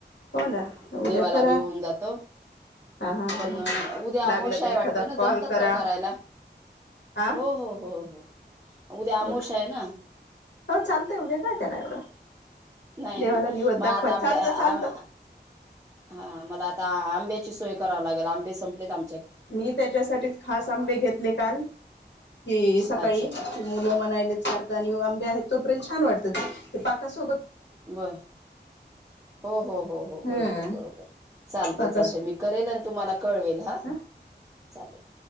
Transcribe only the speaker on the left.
हो ना उद्या
करा
हा हा
ह ह
लागलं
तर एखादा
कॉल
करा
हा
एक
हो चालतंय उद्या काय त्यांना एवढं
देवाला
निवद
दाखवाय
चालतं चालतं
मी त्याच्यासाठीच खास आंबे घेतले काल की
सकाळी
मुलं म्हणाले सारख आणि आंब्या आहेत तोपर्यंत ान वाटतात ते पाका
हम्म
पाकास
हो